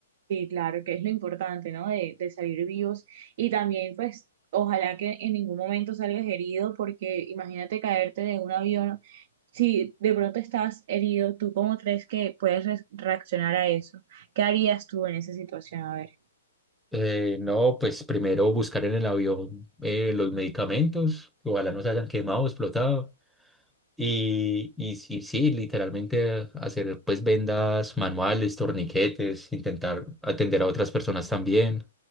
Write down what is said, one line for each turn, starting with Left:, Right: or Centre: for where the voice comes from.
Right: Sí, claro, que es lo importante, ¿no? De, de salir vivos y también, pues, ojalá que en ningún momento salgas herido, porque imagínate caerte de un avión. Si de pronto estás herido, ¿tú cómo crees que puedes re- reaccionar a eso? ¿Qué harías tú en esa situación? A ver.
Centre: Eh, no, pues primero buscar en el avión eh, los medicamentos, que ojalá no se hayan quemado, explotado. Y, y sí, sí, literalmente hacer pues vendas manuales, torniquetes, intentar atender a otras personas también.